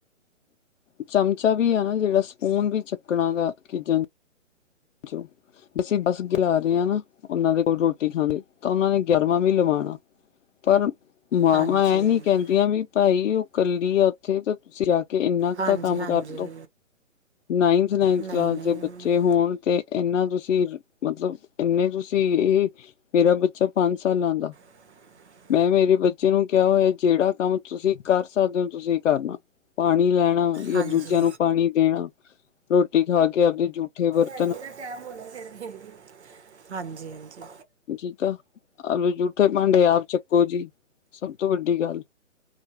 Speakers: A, on the left (about 65°); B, on the right (about 55°).
A: ਚਮਚਾ ਵੀ ਹੈ ਨਾ ਜਿਹੜਾ ਸਪੂਨ ਵੀ ਚੱਕਣਾ ਗਾ ਕਿਚਨ 'ਚ' ਬੱਸ ਗਿਰਾ ਰਹੇ ਹਾਂ ਨਾ ਉਹਨਾਂ ਦੇ ਕੋਲ ਰੋਟੀ ਖਾਂਣੀ ਤਾਂ ਉਹਨਾਂ ਨੇ ਗਿਆਰਵਾ ਵੀ ਲਵਾਣਾ ਪਰ ਮਾਵਾਂ
B: ਹਾਂਜੀ
A: ਇਹ
B: ਹਾਂਜੀ
A: ਨੀ ਕਹਿੰਦੀਆਂ ਵੀ। ਭਾਈ ਉਹ ਇਕੱਲੀ ਆ ਉੱਥੇ ਤਾਂ ਤੁਸੀਂ ਕੇ- ਕਿ ਇੰਨਾ ਕੁ
B: ਹਾਂਜੀ
A: ਤਾਂ ਕੰਮ
B: ਹਾਂਜੀ
A: ਕਰ ਲੋ ਨਾਈਨਥ -ਨਾਈਨਥ
B: ਨਹੀਂ
A: ਕਲਾਸ
B: ਨਹੀਂ
A: ਦੇ ਬੱਚੇ ਹੋਣ ਤੇ ਇੰਨਾ ਤੁਸੀਂ ਮਤਲਬ ਇੰਨੇ ਤੁਸੀਂ ਇਹ ਮੇਰਾ ਬੱਚਾ ਪੰਜ ਸਾਲਾਂ ਦਾ।
B: <inaudible>
A: ਮੈਂ ਮੇਰੇ ਬੱਚੇ ਨੂੰ ਕਿਹਾ ਹੋਇਆ ਜਿਹੜਾ ਕੰਮ ਤੁਸੀਂ ਕਰ ਸਕਦੇ ਹੋ ਤੁਸੀਂ ਕਰਨਾ। ਪਾਣੀ ਲੈਣਾ ਜਾਂ
B: ਹਾਂਜੀ
A: ਦੂਜਿਆਂ ਨੂੰ ਪਾਣੀ ਦੇਣਾ। ਰੋਟੀ ਖਾ ਕੇ ਆਪਦੇ ਜੂਠੇ ਵਰਤ
B: ਭੈਣ ਜੀ ਇਹਦਾ ਟਾਇਮ ਹੋ ਗਿਆ ਫਿਰ, ਹਾਂਜੀ -ਹਾਂਜੀ।
A: ਠੀਕ ਆ ਆਂਵਦੇ ਜੂਠੇ ਭਾਂਡੇ ਆਪ ਚੱਕੋ ਜੀ, ਸਭ ਤੋਂ ਵੱਡੀ ਗੱਲ।